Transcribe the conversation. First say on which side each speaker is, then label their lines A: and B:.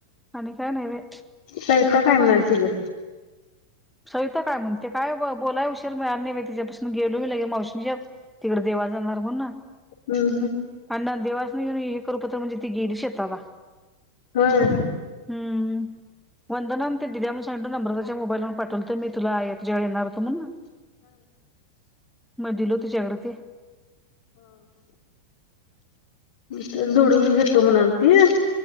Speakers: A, in the centre; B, on the left (about 55°).
A: आणि काही नाहीये बाय.
B: सविता काय म्हणालती गं?
A: सविता काय म्हणते. काय ब बोलाय हुशीर मिळाला नाही बाय, तिच्यापासून गेलो मी लगे मावशीच्यात तिकडे देवाला जाणार म्हणून.
B: हम.
A: आणि देवासन येऊन हे करू पतर म्हणजे ती गेली शेताला.
B: होय.
A: हम्म वंदनान ते दिल्या म्हणून सांगितलो नम्रताच्या मोबाईलवर पाठव बोलते मी तुला एक <unintelligible> येणार होत म्हणून. म दिलो तुझ्याकडे ते.
B: तर जोडवी घेतो म्हणालती.